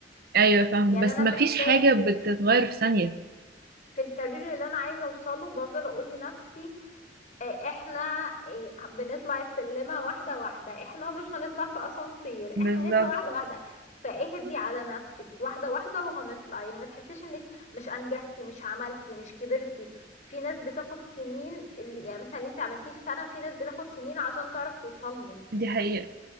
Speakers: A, on the right (about 55°); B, on the left (about 40°).
A: ايوه فاهمه
B: يعني
A: بس
B: انا
A: ما
B: في
A: فيش
B: احساسي
A: حاجه
B: في
A: بتتغير في ثانيه
B: في الكارير اللي انا عايزة اوصله بفضل اقول لنفسي آه، احنا آه، بنطلع السلمة واحدة واحدة احنا مش هنطلع في اسانسير
A: بالظبط
B: احنا نطلع واحدة واحدة فاهدي على نفسك واحدة واحدة وهنطلع يعني ما تحسيش انك مش انجزتي مش عملتي مش كبرتي في ناس بتاخد سنين اللي- يعني مثلا اللي انت عملتيه في سنة في ناس بتاخد سنين عشان تعرف توصل له
A: دي حقيقه